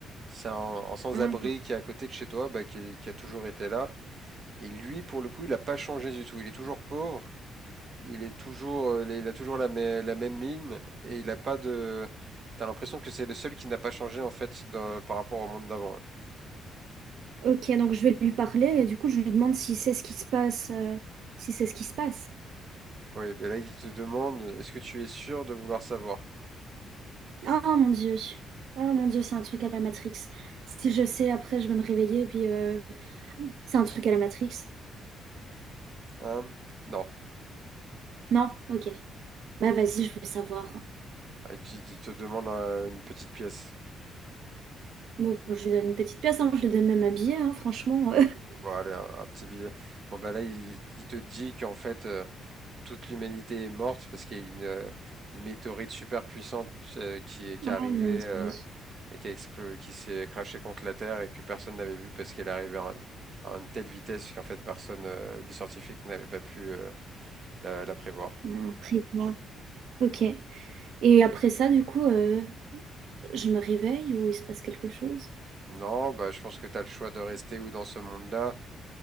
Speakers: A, on the right; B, on the right.
A: C'est un, un sans-abri
B: Ah.
A: qui est à côté de chez toi, bah, qui, qui a toujours été là. Et lui, pour le coup, il a pas changé du tout. Il est toujours pauvre. Il est toujours, euh, il a- toujours la, mê- la même mine et il a pas de. T'as l'impression que c'est le seul qui n'a pas changé en fait dans- par rapport au monde d'avant. hein.
B: Ok, donc je vais lui parler et du coup je lui demande si c'est ce qui se passe, euh, si c'est ce qui se passe.
A: Oui, mais là il te demande, est-ce que tu es sûr de vouloir savoir?
B: Ah mon Dieu, ah mon Dieu, c'est un truc à la Matrix. Si je sais, après je vais me réveiller et puis euh, c'est un truc à la Matrix.
A: Hein? Non.
B: Non, ok. Bah vas-y, je veux savoir.
A: Ah, Il te il te demande euh, une petite pièce.
B: Bon, bon, je lui donne une petite pièce, hein, je lui donne même un billet, hein, franchement. <laughs>
A: Bon, allez, un, un petit billet. Bon, bah là, il, il te dit qu'en fait, euh, toute l'humanité est morte parce qu'il y a une, euh, une météorite super puissante euh, qui est, qui
B: Ah
A: est arrivée
B: mon
A: euh,
B: Dieu.
A: et qui qui s'est crashée contre la Terre et que personne n'avait vu parce qu'elle arrivait à, un- à une telle vitesse qu'en fait personne, euh, les scientifiques n'avaient pas pu euh, la, la prévoir.
B: Ah, Après, voilà. ok. Et après ça, du coup, euh, je me réveille ou il se passe quelque chose?
A: Non, bah je pense que t'as le choix de rester ou dans ce monde-là.